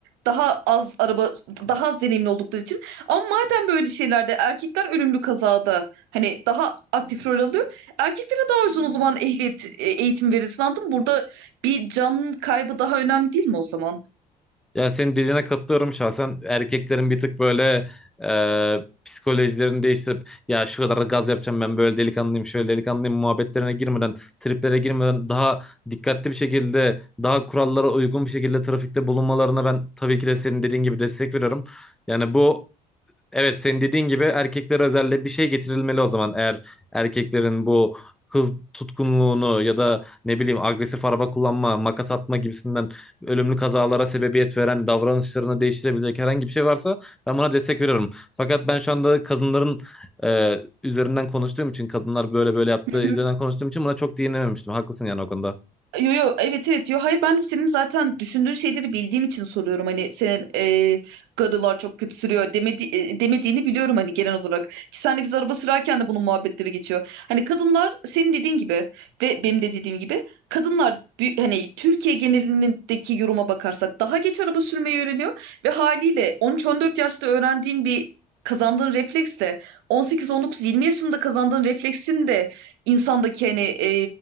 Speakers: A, on the right; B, in the centre.
A: daha az araba daha az deneyimli oldukları için. Ama madem böyle şeylerde erkekler ölümlü kazada hani daha aktif rol alıyor. Erkeklere daha uzun o zaman ehliyet e, eğitim verilsin anladın mı? Burada bir can kaybı daha önemli değil mi o zaman?
B: Yani senin dediğine katılıyorum şahsen. Erkeklerin bir tık böyle e, psikolojilerini değiştirip ya şu kadar gaz yapacağım ben böyle delikanlıyım şöyle delikanlıyım muhabbetlerine girmeden triplere girmeden daha dikkatli bir şekilde daha kurallara uygun bir şekilde trafikte bulunmalarına ben tabii ki de senin dediğin gibi destek veriyorum. Yani bu Evet senin dediğin gibi erkeklere özelde bir şey getirilmeli o zaman. Eğer erkeklerin bu hız tutkunluğunu ya da ne bileyim agresif araba kullanma, makas atma gibisinden ölümlü kazalara sebebiyet veren davranışlarını değiştirebilecek herhangi bir şey varsa ben buna destek veriyorum. Fakat ben şu anda kadınların e, üzerinden konuştuğum için kadınlar böyle böyle yaptığı
A: Hı
B: üzerinden
A: hı.
B: konuştuğum için buna çok değinememiştim. Haklısın yani o konuda.
A: Yo yo evet evet yo hayır ben de senin zaten düşündüğün şeyleri bildiğim için soruyorum hani senin e, garılar çok kötü sürüyor demedi, e, demediğini biliyorum hani genel olarak ki senle biz araba sürerken de bunun muhabbetleri geçiyor hani kadınlar senin dediğin gibi ve benim de dediğim gibi kadınlar bü- hani Türkiye genelindeki yoruma bakarsak daha geç araba sürmeyi öğreniyor ve haliyle on 14 yaşta öğrendiğin bir kazandığın refleksle on sekiz on dokuz yirmi yaşında kazandığın refleksin de insandaki hani e,